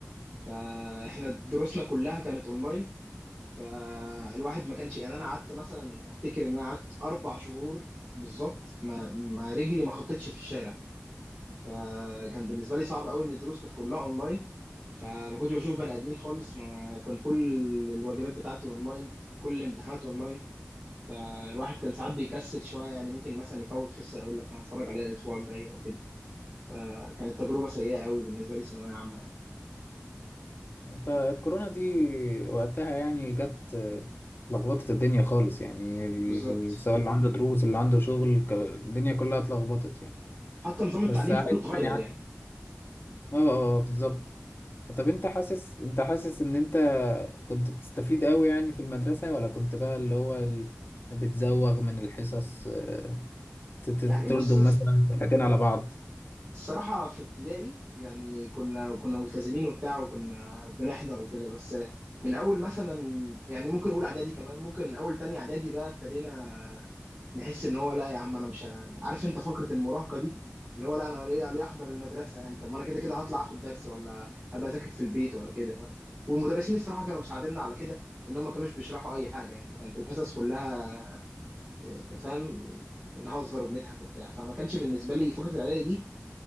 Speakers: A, on the right; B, on the left.
A: فاحنا دروسنا كلها كانت اونلاين فالواحد ما كانش يعني انا قعدت مثلا افتكر ان انا قعدت اربع شهور بالظبط ما ما رجلي ما خطتش في الشارع فكان بالنسبه لي صعب قوي ان الدروس كانت كلها اونلاين فما كنتش بشوف بني ادمين خالص ما كان كل الواجبات بتاعتي اونلاين كل الامتحانات اونلاين فالواحد كان ساعات بيكسل شويه يعني ممكن مثلا يفوت حصه يقول لك انا هتفرج عليها الاسبوع الجاي او كده فكانت تجربه سيئه قوي بالنسبه لي ثانويه عامه يعني.
B: فالكورونا دي وقتها يعني جت لخبطت الدنيا خالص يعني ال-
A: بالظبط
B: سواء اللي عنده دروس اللي عنده شغل ك- الدنيا كلها اتلخبطت يعني
A: حتى نظام التعليم
B: بس عادي
A: كله اتغير
B: يعني عد...
A: يعني
B: اه اه آه، بالظبط طب انت حاسس انت حاسس ان انت كنت بتستفيد قوي يعني في المدرسة ولا كنت بقى اللي هو ال... بتزوغ من الحصص آه، ت- ت-
A: يعني بص
B: تلدم مثلا حاجتين على بعض
A: الصراحة في ابتدائي يعني كنا كنا ملتزمين وبتاع وكنا بنحضر وكده بس من أول مثلا يعني ممكن أقول إعدادي كمان ممكن من أول تانية إعدادي بقى ابتدينا نحس ان هو لا يا عم انا مش ه- عارف انت فكره المراهقه دي اللي هو لا انا ليه ليه احضر المدرسه يعني طب ما انا كده كده هطلع اخد درس ولا ابقى اذاكر في البيت ولا كده فاهم؟ والمدرسين الصراحه كانوا مساعديننا على كده ان هم ما كانوش بيشرحوا اي حاجه يعني كانت الحصص كلها فاهم نهزر وبنضحك وبتاع فما كانش بالنسبه لي فكره الاعدادي دي